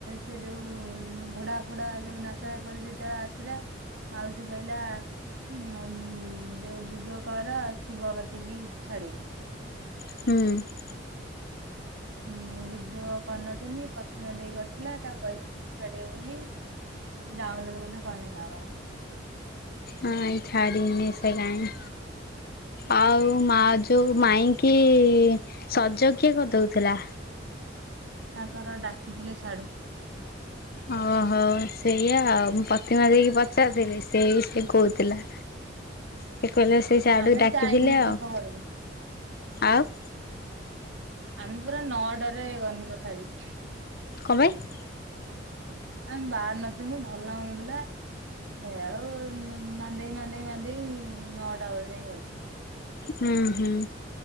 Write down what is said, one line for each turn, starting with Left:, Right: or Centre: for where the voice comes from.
Right: ସେ ଯୋଉ ଘୋଡା ଫୋଡା ଯୋଉ ନାଚ କରି ସେତେବେଳେ ଆସିଲା। ମାଉସୀ କହିଲା। ଯୋଉ ଭଡିଓ କର ଶୁଭ ଗତିକି ଛାଡିବ।
Left: ହୁଁ।
Right: ମୁଁ ଭିଡୁଅ କରିନଥିଲି ପତିମା ଦେଇ କରିଥିଲା ତାକୁ କହିଥିଲି ଛାଡିବୁ ବୋଲି। ସେ ଡାଉନଲୋଡ ବୋେ କନେଇ ଲ କଣ <unintelligible>
Left: ନାଇ ଛାଡ଼ିନି ସେ କାଇଁ। ଆଉ ମା ଯୋଉ ମାଇଁ କି ସଜ କିଏ କରିଦଉଥିଲା।
Right: ତାଙ୍କର ଡାକିଥିଲେ ସାଢୁ।
Left: ଓହୋ ସେଇଆା ଆଉ ମୁଁ ପ୍ରତିମା ଦେଇକି ପଚାରିଥିଲି ସେ ସେଇ କହୁଥିଲା।
Right: <inaudible>
Left: ସେ କହିଲା ସେ ସେଢୁ
Right: ଆମେ
Left: ଡାକିଥିଲେ
Right: ଯାଇନୁ ତାଙ୍କ
Left: ଆଉ
Right: ଘରକୁ
Left: ଆଉ।
Right: ଆମେ ପୁରା ନଅଟାରେ ଗଲୁ ତଥାପି।
Left: କଣ ପାଇଁ।
Right: <inaudible> ଆମେ ବାହାର ନ ପିିନୁ ଭଲ ଆଣୁଥିଲା ସେ ଆଉ <unintelligible> ମାନ୍ଦେଇ ମାନ୍ଦେଇ ମାନ୍ଦେଇ ନଅଟା ବେଳେ ଯାଇ ଗଲୁ।
Left: ହ ହୁ।